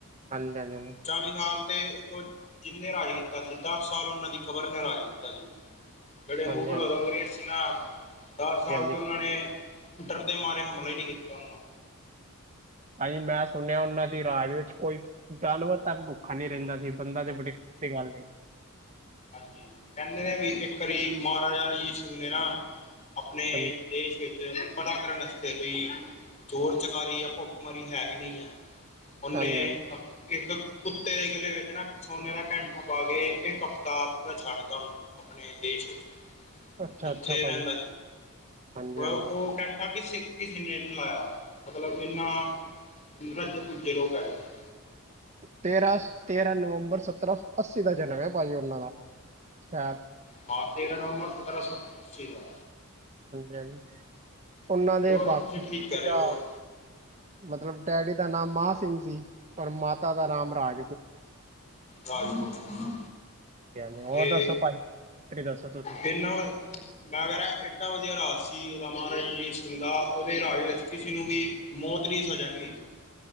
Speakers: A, on the right (about 30°); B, on the left (about 30°).
A: ਹਾਂਜੀ-ਹਾਂਜੀ ਹੁ
B: ਚਾਲ੍ਹੀ ਸਾਲ ਤੇ ਉਹ ਜਿੰਨੇ ਰਾਜ ਕੀਤਾ ਸੀ, ਦੱਸ ਸਾਲ ਉਹਨਾਂ ਦੀ ਕਬਰ ਨੇ ਰਾਜ ਕੀਤਾ ਸੀ। ਜਿਹੜੇ ਮੁਗਲ
A: ਹਾਂਜੀ
B: ਔਰ ਅੰਗਰੇਜ਼ ਸੀ ਨਾ, ਦੱਸ
A: ਹਾਂਜੀ
B: ਸਾਲ
A: ਹਾਂਜੀ
B: ਤੇ ਉਹਨਾਂ ਨੇ ਡਰਦੇ ਮਾਰੇ ਹਮਲਾ ਈ ਨੀ ਕੀਤਾ ਉਹਨਾ
A: ਭਾਜੀ ਮੈਂ ਸੁਣਿਆ, ਉਹਨਾਂ ਦੀ ਰਾਜ ਵਿੱਚ ਕੋਈ ਜਾਨਵਰ ਤੱਕ ਭੁੱਖਾ ਨੀ ਰਹਿੰਦਾ ਬੰਦਾ ਤੇ ਬੜੀ, ਦੂਰ ਦੀ ਗੱਲ ਏ।
B: ਹਾਂਜੀ। ਕਹਿੰਦੇ ਨੇ ਵੀ ਇੱਕ ਵਾਰੀ ਮਹਾਰਾਜ਼ਾ ਰਣਜੀਤ ਸਿੰਘ ਨੇ ਨਾ, ਅਪਨੇ
A: ਹਾਂਜੀ
B: ਦੇਸ਼ ਵਿੱਚ, ਪਤਾ ਕਰਨ ਵਸਤੇ ਬਈ ਚੋਰ-ਚਕਾਰੀ ਯੲ ਭੁੱਖਮਾਰੀ ਹੈ, ਕਿ ਨਹੀ ਹੈ। ਉਹਨੇ,
A: ਹਾਂਜੀ
B: ਇੱਕ ਕੁੱਤੇ ਦੇ ਗਲੇ ਵਿੱ ਚ ਸੋਨੇ ਦਾ ਕੈਂਠਾ ਪਾਕੇ, ਇੱਕ ਹਫਤਾ ਪੂਰਾ ਛੱਡਤਾ ਉਹਨੂੰ, ਆਪਣੇ ਦੇਸ਼ ਵਿੱਚ।
A: ਅੱਛਾ
B: ਜਿੱਥੇ
A: ਅੱਛਾ ਭਾਜੀ
B: ਰਹਿੰਦਾ ਸੀ।
A: ਹਾਂਜੀ
B: ਉਹ,
A: ਹਾਂਜੀ
B: ਉਹ ਕੈਂਠਾ ਕਿਸੀ ਕਿਸੇ ਨੇ ਨੀ ਲਾਇਆ, ਮਤਲਬ ਇਹਨਾ, ਰੱਜੇ-ਪੁੱਜੇ ਲੋਕ ਹੈਗੇ ਸੀ।
A: ਤੇਰਾ, ਸ, ਤੇਰਾ ਨਵੰਬਰ ਸਤਰਾ-ਸੌ-ਅੱਸੀ ਦਾ ਜਨਮ ਐ, ਭਾਜੀ ਉਹਨਾਂ ਦਾ। ਸਟਾਥ
B: ਹਾਂ, ਤੇਰਾਂ ਨਵੰਬਰ ਸਤਰਾ ਸੌ ਅੱਸੀ ਦਾ।
A: ਹਾਂਜੀ-ਹਾਂਜੀ ਉਹਨਾਂ
B: ਹਾਂਜੀ
A: ਦੇ
B: ਹੋਰ
A: ਪੱਖ'ਚ
B: ਤੁਸੀਂ ਠੀਕ
A: ਸੀਗਾ
B: ਕਰ ਰਹੇ ਹੋ
A: ਮਤਲਬ, ਡੈਡੀ ਦਾ ਨਾਮ ਮਹਾਂਸਿੰਘ ਸੀ, ਔਰ ਮਾਤਾ ਦਾ ਨਾਮ ਰਾਜਪੂ
B: ਰਾਜ ਕੌਰ।
A: ਸੀ ਹਾਂਜੀ ਹੋਰ
B: ਤੇ,
A: ਦੱਸੋ ਭਾਜੀ ਤੁਸੀਂ ਦੱਸੋ ਤੁਸੀਂ
B: ਇਹਨਾਂ ਮੈਂ ਕਹਿ ਰਿਹਾ, ਏਡਾ ਵਧੀਆ ਰਾਜ ਸੀ, ਉਹਦਾ ਮਹਾਰਾਜਾ ਰਣਜੀਤ ਸਿੰਘ ਦਾ। ਉਹਦੇ ਰਾਜ ਵਿੱਚ ਕਿਸੇ ਨੂੰ ਵੀ ਮੌਤ ਦੀ ਸਜਾ ਨੀ ਹੋਈ ਸੀ।